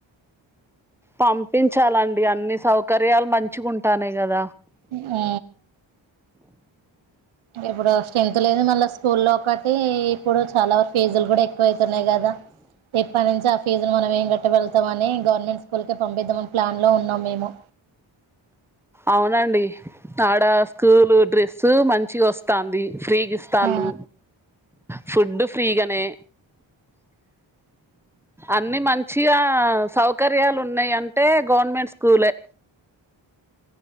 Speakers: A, in the centre; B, on the right.
A: పంపించాలండి అన్ని సౌకర్యాలు మంచిగ ఉంటానయ్ కద
B: ఉ ఆ ఇప్పుడు స్ట్రెంత్ లేదు మళ్ళా స్కూల్లో ఒకటి ఇప్పుడు చాలా వరకు ఫేజులు కూడా ఎక్కువ వై తున్నాయి గదా ఇప్పటి నుంచి ఆ ఫీజు ను మనం ఏం గట్ట వెళ్తామని గవర్నమెంట్ స్కూల్క పంపిద్దామని ప్లాన్ లో ఉన్నాం మేము
A: అవునండి తాడ స్కూల్ డ్రెస్సు మంచి వస్తంది. ఫ్రీ గి ఇస్తాళ్ళు
B: ఆ
A: ఫుడ్ ఫ్రీగానే అన్ని మంచిగా అ సౌకర్యాలు ఉన్నాయి అంటే గవర్నమెంట్ స్కూలే